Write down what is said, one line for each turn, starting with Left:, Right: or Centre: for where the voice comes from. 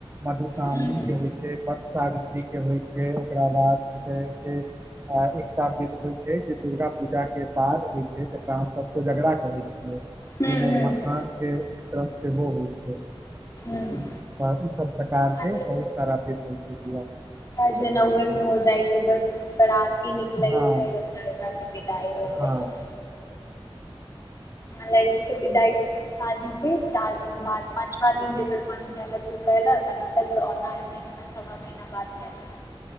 Right: मधुश्रावणी
Left: हूँ
Right: के होइ छै वट सावित्री के होइ छै ओकरा बाद की कहै छै अ एकटा विध होइ छै जे दुर्गा पूजा के बाद होइ छै जेकरा हम सब कोजेगड़ा कहै छियै जाहिमे
Left: हूँ हूँ
Right: मखान
Left: हूँ
Right: के वितरण सेहो होइ छै त
Left: हूँ।
Right: ई सब प्रकार
Left: आ
Right: के बहुत सारा विध होई छै बियाह
Left: जनेउए मे हो जाइ छै बस बराती निकले
Right: हँ
Left: छै विदाई हो जाइ
Right: हँ
Left: छै लड़की के विदाई शादी के चार दिन बाद पाँचवा दिन जेकर मन कैलक कैलक अ न त ओना एक महीना सवा महीना बाद कैलक